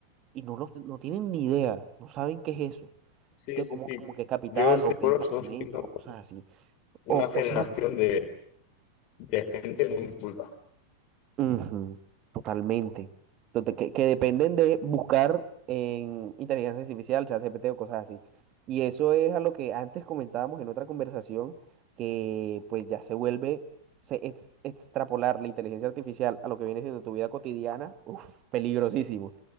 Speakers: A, on the right (about 35°); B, on the left (about 40°).
A: y no, los- no tienen ni idea, no saben qué es eso.
B: Sí,
A: que
B: sí,
A: como,
B: sí.
A: como que capital
B: Yo estoy
A: o que
B: seguro
A: departamentos
B: que estamos viendo
A: o cosas así.
B: una
A: O cosas
B: generación de, de gente muy culta.
A: ujú, totalmente. Entonces, que, que dependen de buscar en inteligencia artificial, ChatGPT o cosas así. Y eso es a lo que antes comentábamos en otra conversación, que pues ya se vuelve, se ex- extrapolar la inteligencia artificial a lo que viene siendo tu vida cotidiana, uf, peligrosísimo.